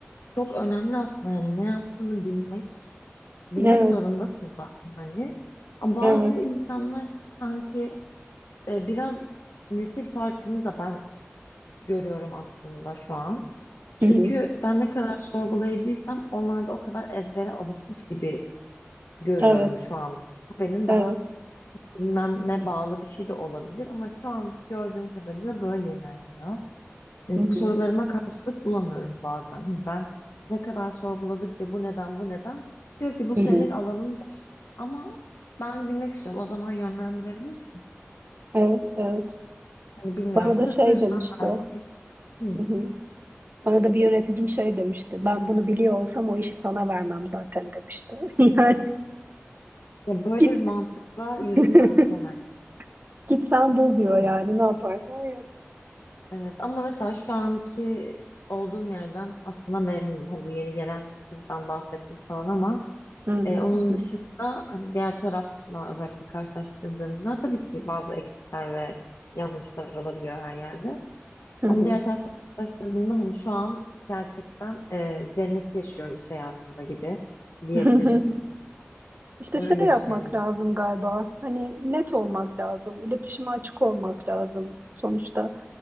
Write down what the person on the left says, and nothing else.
çok önemli aslında. Yani ne yaptığını bilmek, bilmek
zorundasın zaten hani. Ama bazı
insanlar sanki e, biraz nesil farkını da ben görüyorum aslında şu an. Çünkü
ben ne kadar sorgulayıcıysam onlar da o kadar ezbere alışmış gibi görüyorum
şu an. Bu benim
daha bilmeme bağlı bir şey de olabilir ama şu an gördüğüm kadarıyla böyle ilerliyor. Yani
sorularıma karşılık bulamıyorum bazen. Hani ben ne kadar sorguladıkça bu neden bu neden diyor ki bu
senin
alanın değil ama ben bilmek istiyorum o zaman yönlendirebilirsin.
Hani bilmiyorum
sırf
bu yüzden
belki Hı.
ya böyle
bir mantıkla yürünmez
yani.
Bilmiyorum.
Evet ama mesela şu anki olduğum yerden aslında memnunum. Hani bu yeni gelen kızdan bahsettim falan ama
e,
onun
dışında hani diğer tarafla özellikle karşılaştırdığımda tabii ki bazı eksikler ve yanlışlar olabiliyor her yerde.
Ama diğer tarafla karşılaştırdığımda hani şu an gerçekten e, cenneti yaşıyorum iş hayatında gibi diyebilirim.
<laughs>
Öyle
bir şey yani.